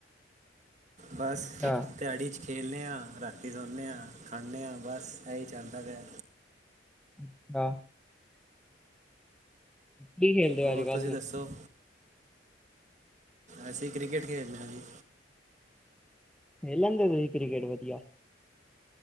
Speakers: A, on the right (about 40°); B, in the centre.
A: ਬਸ
B: ਅੱਛਾ
A: ਦਿਹਾੜੀ ਚ ਖੇਲਦੇ ਆ, ਰਾਤੀਂ ਸੋਣੇ ਆ, ਖਾਂਦੇ ਆ ਬਸ ਇਹੀ ਚਾਹੀਦਾ ਪਿਆ।
B: ਅੱਛਾ ਖੇਲਦੇ
A: ਹੋਰ
B: ਹੋ ਅੱਜ ਕੱਲ
A: ਤੁਸੀਂ
B: ਨੂੰ
A: ਦੱਸੋ ਅਸੀਂ ਕ੍ਰਿਕਟ ਖੇਡਣਾ ਜੀ।
B: ਇਹ ਲਦੇ ਤੁਸੀਂ ਕ੍ਰਿਕਕੇਟ ਵਧੀਆ।